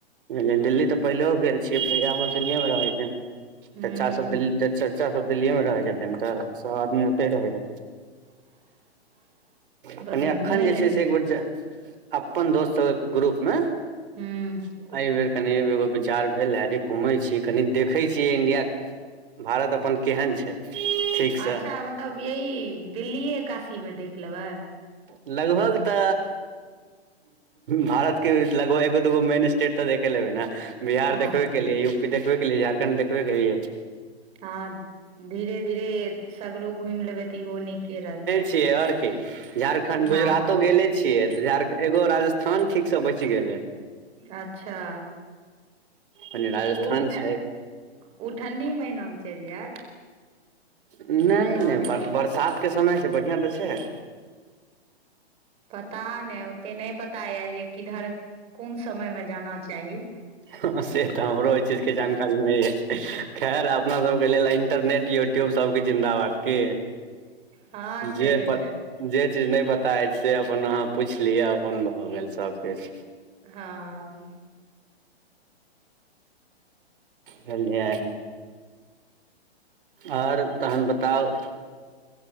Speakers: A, on the right (about 55°); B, on the right (about 20°).
A: ब दिल्ली त पहिलो गेल छियै भैया हमर दिल्ली मे रहै
B: हूँ
A: छै चा बलिंदर चच्चा सब दिल्ली मे रहै छथिन त सभ आदमी ओते रहै छथिन
B: <inaudible>
A: कनी
B: बस
A: अखन
B: घूमय
A: जे
B: लए
A: छै
B: नहि
A: से
B: गेल
A: एक बेर
B: छी
A: ज अपन दोस्त सबके ग्रुप मे एहि
B: हूँ
A: बेर कनि एगो विचार भेल न घूमे छी कनी देखे छी इंडिया भारत अपन केहन छै ठीक से
B: अच्छा मतलब यही दिल्लिए काशीमे देख लेबै
A: लगभग त भारत के लगभग एगो दूगो मेन स्टेट तऽ देखे लेबै ने बिहार
B: हँ
A: देखबे
B: से
A: के लिए
B: छै
A: युप देखबे के लिए झारखण्ड देखबे के लिए
B: हँ धीरे धीरे सगरो घुमि लेबै त इहो नीके रहत
A: छिय ओर की झारखंड गुजरातो
B: हँ
A: गेले छियै बिहार के एगो राजस्थान ठीक से बचि गेलै
B: अच्छा
A: कनि राजस्थान
B: ओ ठ
A: छै
B: ओ ठण्डी महीनामे चलि जायब
A: ने
B: ठीक रहत
A: ने बरसात के समय छै बढ़िया त छै
B: पता नय ओतेक नय पता ये जे किधर कोन समय मे जाना चाही
A: हाँ से तऽ हमरो एहि चीज के जानकारी नहि यै खैर अपना सबके लेल इंटरनेट यूट्- कियो सबके जिन्दाबाद की
B: हँ से
A: जे
B: तऽ
A: पत
B: छै
A: जे चीज नय पता अछि से अपन अहाँ पुछि लिअ अपन भ गेल सभ किछ
B: हँ
A: बुझलिये आओर तहन बताउ